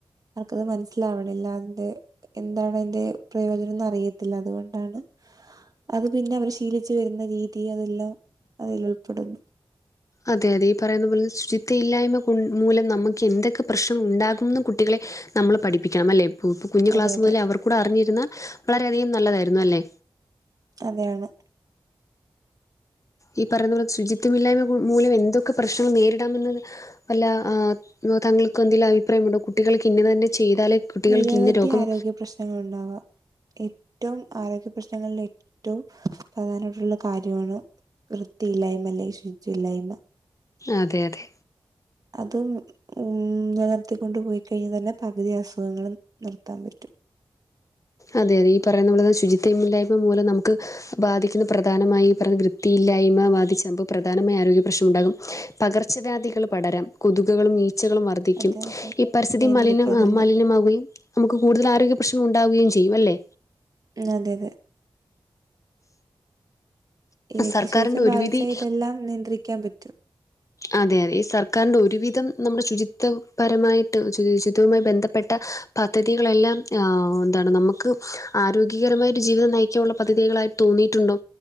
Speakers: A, on the right (about 40°); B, on the left (about 35°).
A: അവർക്കത് മനസ്സിലാവണില്ല അതിന്റെ എന്താണ് അതിന്റെ പ്രയോജനം ഒന്നും അറിയത്തില്ല. അതുകൊണ്ടാണ് അത് പിന്നെ അവര് ശീലി ച്ചു വരുന്ന രീതി അതെല്ലാം അതിലുൾപ്പെടുന്നു.
B: അതെ അതെ ഈ പറയുന്നത് പോലെ ശുചിത്വ ഇല്ലായ്മ കൊ മൂലം നമുക്ക് എന്തൊക്കെ പ്രശ്നം ഉണ്ടാകുമെന്ന് കുട്ടികളെ നമ്മള് പഠിപ്പിക്കണം അല്ലേ. പു ഇപ്പ കുഞ്ഞു
A: അതെ
B: ക്ലാസ്
A: അതെ
B: മുതലേ അവർക്കൂടെ അറിഞ്ഞിരുന്നാൽ വളരെയധികം നല്ലതായിരുന്നു അല്ലേ.
A: അതെയാണ്.
B: ഈ പറയണത് പോലെ ശുചിത്വമില്ലായ്മ കു മൂലം എന്തൊക്കെ പ്രശ്നം നേരിടാമെന്നത്. വല്ല ആഹ് താങ്കൾക്ക് എന്തേലും അഭിപ്രായമുണ്ടോ കുട്ടികൾക്ക് ഇന്നത് തന്നെ ചെയ്താലേ കുട്ടികൾക്ക്
A: നിരവധി
B: ഇന്ന രോഗം
A: ആരോഗ്യ പ്രശ്നങ്ങളിണ്ടാവാം ഏറ്റവും ആരോഗ്യ പ്രശ്നങ്ങളിൽ ഏറ്റവും പ്രധാനപ്പെട്ടുള്ള കാര്യമാണ് വൃത്തിയില്ലായ്മ അല്ലെങ്കിൽ ശുചിത്വം ഇല്ലായ്മ.
B: അതെ അതെ
A: അതും ഉം നിലനിർത്തിക്കൊണ്ട് പോയി കഴിഞ്ഞ് തന്നെ പകുതി അസുഖങ്ങളും നിർത്താൻ പറ്റും.
B: അതെ അതെ ഈ പറയുന്നതുളള പോലെ ശുചിത്വമില്ലായ്മ മൂലം നമുക്ക് ബാധിക്കുന്ന പ്രധാനമായും പറഞ്ഞ് വൃത്തിയില്ലായ്മ ബാധിച്ച് <unintelligible> പ്ര ധാനമായി ആരോഗ്യ പ്രശ്നം ഉണ്ടാകും. പകർച്ചവ്യാധികള് പടരാം കൊതുകുകളും ഈച്ചകളും വർ ദ്ധിക്കും
A: അതെ അതെ
B: ഈ പരിസ്ഥിതി
A: നിയന്ത്രിക്കാതെല്ലാം
B: മലിന ആഹ് മലിനമാവുകയും. നമുക്ക് കൂടുതൽ ആരോഗ്യ പ്രശ്നം ഉണ്ടാവുകയും ചെയ്യും അല്ലേ
A: അതെ അതെ ഈ വ്യക്തി
B: സർക്കാരിൻ്റെ
A: ശുചിത്വം
B: ഒരുവിധി
A: പാലിച്ചാ ഇതെല്ലാം നിയന്ത്രിക്കാൻ പറ്റും.
B: അതെ അതെ ഈ സർക്കാരിന്റെ ഒരുവിധം നമ്മുടെ ശുചിത്വപരമായിട്ട് ശുചിത്വമായി ബന്ധപ്പെട്ട പദ്ധതികളെല്ലാം ആഹ് എന്താണ് നമുക്ക്. ആരോഗീകരമായിട്ട് ജീവിതം നയിക്കാനുള്ള പദ്ധതികളായിട്ട് തോന്നിയിട്ടുണ്ടോ.